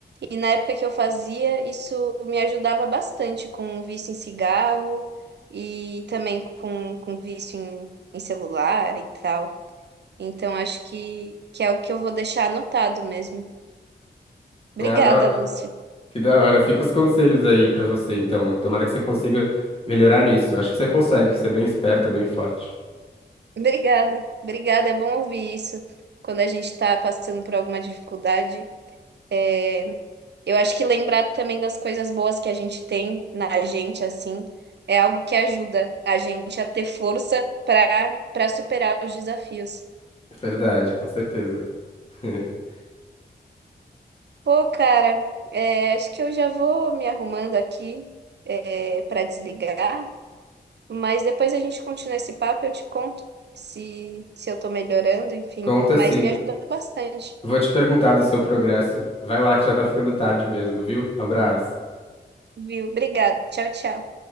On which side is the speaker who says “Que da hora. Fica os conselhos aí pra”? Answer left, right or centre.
Left